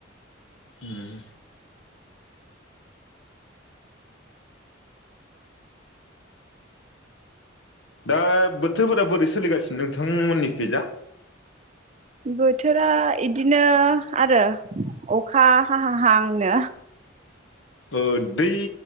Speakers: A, on the left; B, on the right.
A: उम दा बोथोरफोरा बोरै सोलिगासिनो नोंथां मोननिखैजा
B: बोथोरा इदिनो आरो अखा हाहां हांनो
A: ओ दै